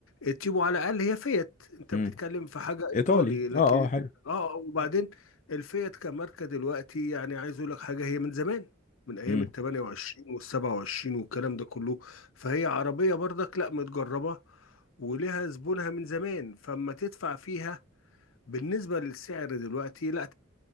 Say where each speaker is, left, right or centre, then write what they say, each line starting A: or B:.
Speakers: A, on the left (about 75°); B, on the left (about 35°).
A: التيبو على الاقل هي فيات انت
B: امم
A: بتتكلم في حاجة ايطالي
B: ايطالي
A: لكن
B: اه اه
A: إنت-
B: حلو
A: اه آه، وبعدين الفيات كماركة دلوقتي يعني عايز اقول لك حاجة هي من زمان من ايام
B: امم
A: ال 28 وال 27 والكلام ده كله فهي عربية برضك لا متجربة ولها زبونها من زمان فاما تدفع فيها بالنسبة للسعر دلوقتي لا